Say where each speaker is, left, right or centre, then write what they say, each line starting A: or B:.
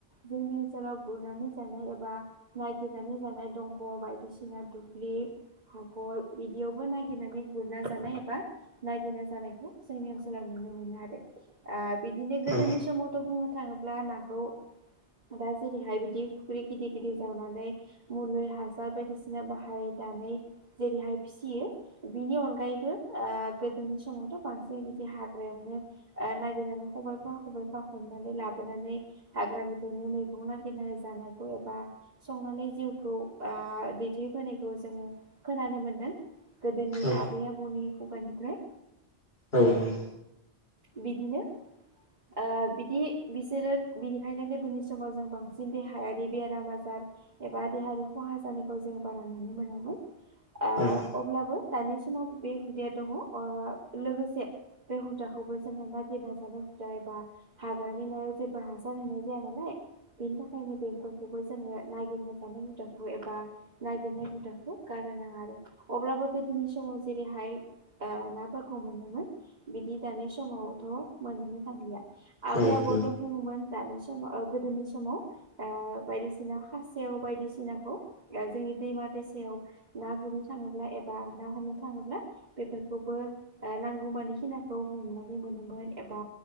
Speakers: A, on the right (about 40°); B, on the left (about 40°).
A: जोंनि ओनसोलाव गुरनानै जानाय एबा नाय नायगिरनानै जानाय दंग' बायदिसिना दुब्लि हखर बिदियावबो नागिरनानै गुरना जानाय एबा नागिरना जानायखौ जोंनि ओनसोलाव नुयो नुनो मोनो आरो खि ओ बिदिनो गोदोनि
B: औ
A: समावथ' बुंनो थाङोब्ला नाखौ दा जेरैहाय बिदि फुख्रि गिदिर गिदिर जावनानै मुलि हासार बायदिसिना बाहाय नानै जेरैहाय फिसियो बिनि अनगायैबो गोदोनि समावथ' बांसिन बिदि हाग्रायावनो ओ नागिरनानै खबबायफा खबबायफा हमनानै लाबोनानै हाग्रानिफ्रायनो मैगं नागिरना जानायखौ एबा संनानै जिउखौ ओ दैथायबोनायखौ जोङो खोनानो मोनदों गोदोनि
B: औ
A: आबै आबौनि खुगानिफ्राय
B: औ औ।
A: बिदिनो ओ बिदि बिसोरो बिनिखायनो गोदोनि समाव जों बांसिन देहायारि बेराम आजार एबा देहायारि खहा जानायखौ जों बारा नुनो मोनामोन ओ
B: औ
A: अब्लाबो दानि समाव बे हुदाया दङ ओ लोगोसे बे हुदाखौबो जोङो नागिरना हुदा एबा हाग्रानि नायाव जेबो हासार होनाय जाया नालाय बेनि थाखायनो बेफोरखौबो जोङो नागिरना जानाय हुदाखौ एबा नागिरनाय हुदाखौ गारनो नाङा आरो अब्लाबो गोदोनि समाव जेरैहाय ओ नाफोरखौ मोनोमोन बिदि दानि समावथ' मोननोनो थांलिया आबै
B: औ
A: आबौथ'
B: मोनो
A: बुङोमोन दानि समाव ओ गोदोनि समाव ओ बायदिअसिना खासेव बायदिसिनाखौ जोंनि दैमा दैसायाव ना गुरनो थाङोब्ला एबा ना हमनो थाङोब्ला बेफोरखौबो नांगौ मानि खिनाखौ हमनानै मोनोमोन एबा